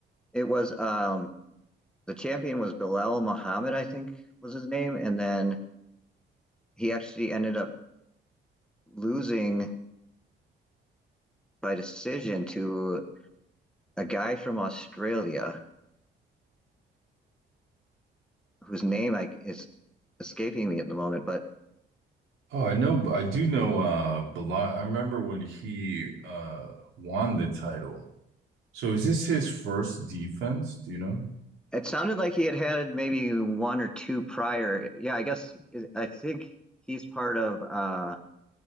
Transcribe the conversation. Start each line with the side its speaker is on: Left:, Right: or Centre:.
Centre: It was um the champion was Bilal Muhammad, I think was his name, and then he actually ended up losing by decision to a guy from Australia whose name I is escaping me at the moment, but
Right: Oh, I know, I do know uh Belal. I remember when he uh won the title. So is this his first defense? Do you know?
Centre: It sounded like he had had maybe one or two prior. Yeah, I guess I think he's part of uh